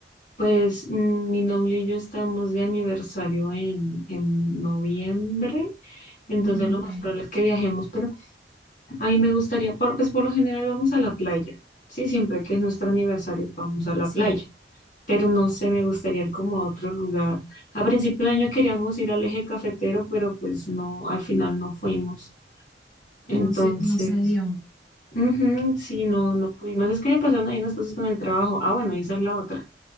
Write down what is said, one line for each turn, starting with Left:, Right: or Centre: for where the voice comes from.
Left: Pues mm, mi novio y yo estamos de aniversario en, en noviembre. Entonces
Centre: Mm,
Left: lo
Centre: ok,
Left: más probable es que viajemos, pero ahí me gustaría, por- pues por lo general vamos a la playa, sí, siempre que es nuestro aniversario vamos a la
Centre: sí,
Left: playa, pero no sé, me gustaría ir como a otro lugar. A principio de año queríamos ir al eje cafetero, pero pues no, al final no fuimos. Entonces,
Centre: no sé, no se dio.
Left: ujú, sí, no, no pudimos. Es que me pasaron ahí unas cosas con el trabajo. Ah, bueno, y esa es la otra.